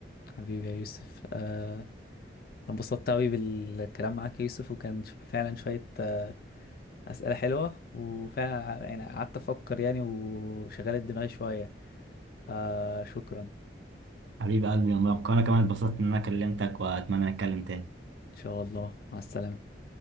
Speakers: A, on the left (about 55°); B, on the right (about 80°).
A: حبيبي يا يوسف آه، أنا انبسطت أوي بالكلام معاك يا يوسف وكان ش- فعلا شوية آه، أسئلة حلوة وفعلا ع- يعني قعدت أفكر يعني وشغلت دماغي شوية فشكرا إن
B: حبيب قلبي يا مبارك وأنا كمان اتبسطت إن أنا كلمتك وأتمنى نتكلم تاني
A: شاء الله مع السلامة